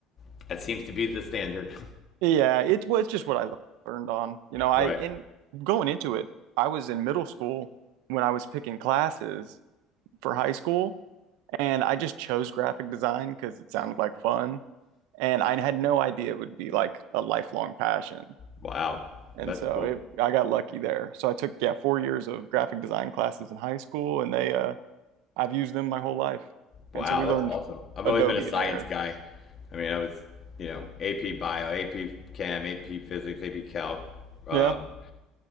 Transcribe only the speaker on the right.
Yeah, it was just what I learned on. You know, I
in going into it, I was in middle school when I was picking classes for high school, and I just chose graphic design because it sounded like fun, and I had no idea it would be like a lifelong passion.
And
so
it, I got lucky there. So I took yeah four years of graphic design classes in high school, and they uh, I've used them my whole life,
and so we learned
Adobe
there.
Yeah,